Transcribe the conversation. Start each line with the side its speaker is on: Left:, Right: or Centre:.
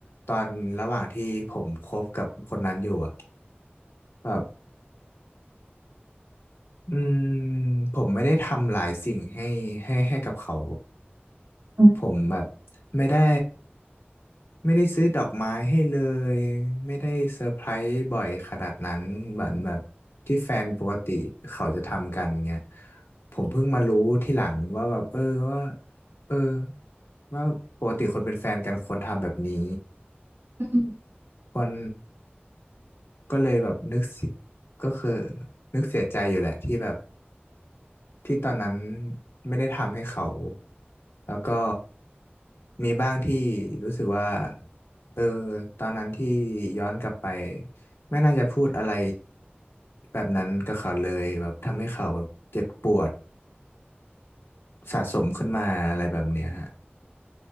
Left: ตอนระหว่างที่ผมคบกับคนนั้นอยู่อะ อืมผมไม่ได้ทำหลายสิ่งให้ให้ให้กับเขา
Right: อืม
Left: ผมแบบไม่ได้ไม่ได้ซื้อดอกไม้ให้เลยไม่ได้เซอร์ไพรส์บ่อยขนาดนั้นเหมือนแบบที่แฟนปกติเขาจะทำกันเงี้ยผมเพิ่งมารู้ที่หลังว่าแบบเออว่าเออว่าปกติคนเป็นแฟนกันควรทำแบบนี้
Right: อืม
Left: ควรก็เลยแบบนึกเสียก็คือนึกเสียใจอยู่แหละที่แบบ ที่ตอนนั้นไม่ได้ทำให้เขาแล้วก็มีบ้างที่รู้สึกว่าเออตอนนั้นที่ย้อนกลับไปไม่น่าจะพูดอะไรแบบนั้นกับเขาเลยแบบทำให้เขาแบบเจ็บปวดสะสมขึ้นมาอะไรแบบเนี้ยฮะ